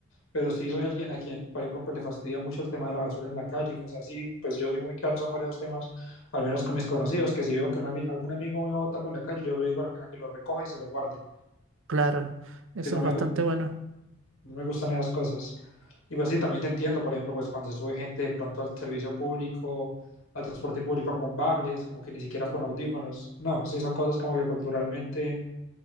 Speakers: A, on the left; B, on the right.
A: pero sí soy alguien a quien, por ejemplo, pues le fastidia mucho el tema de la basura en la calle y cosas así, pues yo soy muy cansón con esos temas, al menos con mis conocidos, que si veo que un ami- algún amigo me va a botar algo en la calle, yo lo digo a, a que lo recoja y se lo guarde,
B: Claro, eso
A: que no
B: es
A: me,
B: bastante
A: gu-
B: bueno.
A: no me gustan esas cosas. Y pues sí, también te entiendo, por ejemplo, pues cuando se sube gente de pronto al servicio público, al transporte público con bables, como que ni siquiera con audífonos, no, sí son cosas como que culturalmente